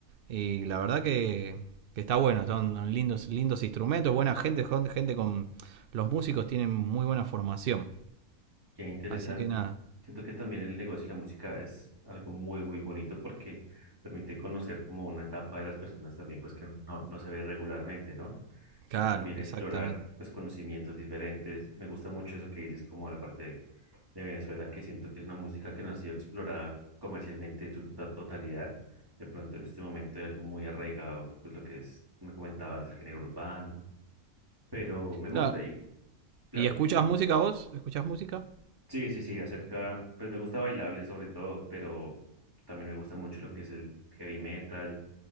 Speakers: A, on the right; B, on the right.
A: Y la verdad que, que está bueno, son lindos, lindos instrumentos, buena gente, gente con... Los músicos tienen muy buena formación.
B: qué interesante.
A: Así que nada,
B: Siento que también el negocio y la música es algo muy, muy bonito porque permite conocer como una etapa de las personas también, pues que no, no se ve regularmente, ¿no?
A: claro,
B: Y también explorar,
A: exactamente.
B: pues, conocimientos diferentes. Me gusta mucho eso que dices, como la parte de Venezuela, que siento que es una música que no ha sido explorada comercialmente en su tota- totalidad. De pronto en este momento hay algo muy arraigado, pues lo que es, me comentabas del género urbano, pero me gusta
A: Claro,
B: y, claro,
A: ¿Y escuchas
B: cuéntame.
A: música vos? ¿Escuchas música?
B: Sí, sí, sí, acerca, pues me gusta bailable sobre todo, pero también me gusta mucho lo que es el heavy metal